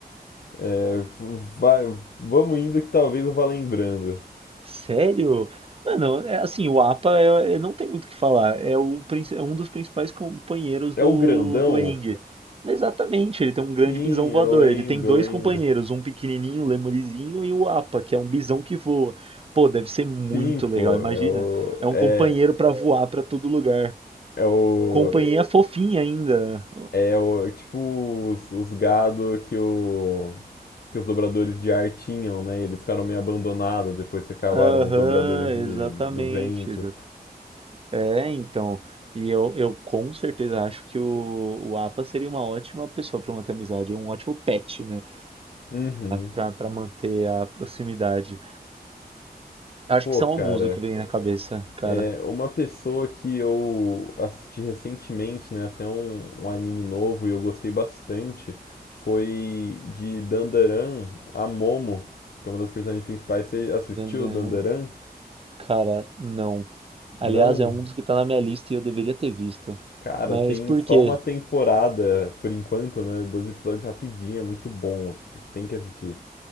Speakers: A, on the left (about 65°); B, on the right (about 35°).
A: é, vai, vamos indo que talvez eu vá lembrando.
B: Sério? Mano, é assim, o APA é- é- não tem muito o que falar. É, o, princi- é um dos principais companheiros
A: É
B: do,
A: o grandão?
B: do Aang. Exatamente, ele tem um grande
A: Sim,
B: bisão voador.
A: eu lembro,
B: Ele tem dois
A: eu lembro.
B: companheiros, um pequenininho, um lemurizinho, e o APA, que é um bisão que voa. Pô, deve ser muito
A: Sim, pô,
B: legal, imagina.
A: é o.
B: É um
A: É,
B: companheiro pra voar pra todo lugar.
A: é o.
B: Companhia fofinha ainda.
A: É o, tipo os, os gado que, o, que os dobradores de ar tinham, né? E eles ficaram meio abandonados depois que acabaram
B: Aham,
A: os dobradores de-
B: exatamente,
A: do vento.
B: É, então. E eu, eu com certeza acho que o, o Apa seria uma ótima pessoa para manter a amizade, um ótimo pet, né?
A: Uhum.
B: Para para manter a proximidade. Acho
A: Pô,
B: que são
A: cara.
B: alguns do que vem na cabeça, cara.
A: É uma pessoa que eu assisti recentemente, né? Até um, um anime novo e eu gostei bastante. Foi de Dandaran a Momo, que é uma das personagens principais. Você assistiu
B: Dan, dan,
A: Dandaran?
B: dan. Cara, não. Aliás,
A: Não?
B: é um dos que tá na minha lista e eu deveria ter visto.
A: Cara,
B: Mas
A: tem
B: por
A: só
B: quê?
A: uma temporada por enquanto, né? doze episódios rapidinho, é muito bom. Tem que assistir.